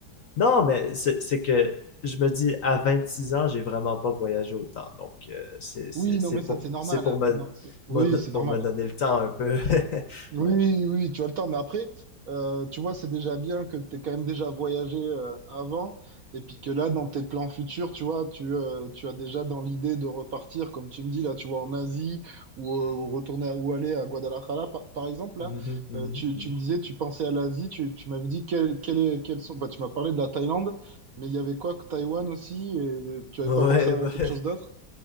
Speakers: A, on the left; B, on the right.
A: Non, mais c'est c'est que je me dis, à 26 ans, j'ai vraiment pas voyagé autant. Donc, euh, c'est c'est-
B: Oui, non,
A: c'est
B: mais
A: pour,
B: ça, c'est normal.
A: c'est pour
B: hein.
A: me,
B: C'est no- c'est- Oui,
A: me do-
B: c'est normal.
A: pour me donner le temps un peu. <laughs>
B: Oui,
A: Ouais.
B: oui, oui, tu as le temps, mais après, euh, tu vois, c'est déjà bien que tu quand même déjà voyagé euh, avant, et puis que là, dans tes plans futurs, tu vois, tu, euh, tu as déjà dans l'idée de repartir, comme tu me dis, là, tu vois, en Asie, ou, euh, ou retourner, à- ou aller à Guadalajara, par, par exemple, là,
A: Mhm, mhm,
B: euh, tu,
A: mhm.
B: tu me disais, tu pensais à l'Asie, tu, tu m'avais dit, quel, quel est, quels sont, bah, tu m'as parlé de la Thaïlande, mais il y avait quoi, que Taïwan aussi, et euh, tu n'avais
A: Ouais,
B: pas pensé à
A: <laughs> ouais,
B: quelque chose d'autre?